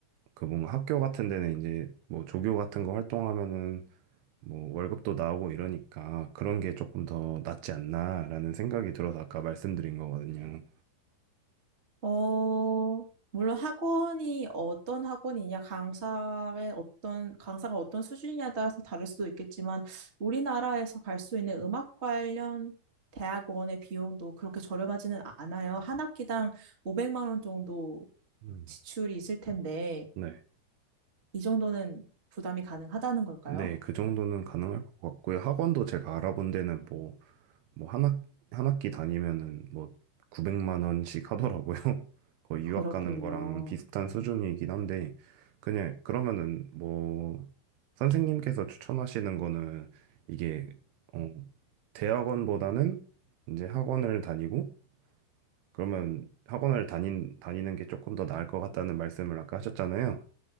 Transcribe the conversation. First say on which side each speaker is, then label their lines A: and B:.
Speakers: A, on the right (about 80°); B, on the right (about 20°).
A: 그 뭔가 학교 같은 데는 이제 뭐 조교 같은 거 활동하면은 뭐 월급도 나오고 이러니까 그런 게 조금 더 낫지 않나라는 생각이 들어서 아까 말씀드린 거거든요.
B: 어, 물론 학원이 어떤 학원이냐, 강사의 어떤, 강사가 어떤 수준이냐에 따라서 다를 수도 있겠지만, 우리나라에서 갈 수 있는 음악 관련 대학원의 비용도 그렇게 저렴하지는 않아요. 한 학기당 500만 원 정도
A: 음.
B: 지출이 있을 텐데,
A: 네.
B: 이 정도는 부담이 가능하다는 걸까요?
A: 네. 그 정도는 가능할 것 같고요. 학원도 제가 알아본 데는 뭐 뭐 한 학, 한 학기 다니면은 뭐 900만 원씩 하더라고요. <laughs> 거의
B: 그렇군요.
A: 유학 가는 거랑 비슷한 수준이긴 한데 그냥 그러면은 뭐 선생님께서 추천하시는 거는 이게 어 대학원보다는 이제 학원을 다니고 그러면 학원을 다닌 다니는 게 조금 더 나을 것 같다는 말씀을 아까 하셨잖아요.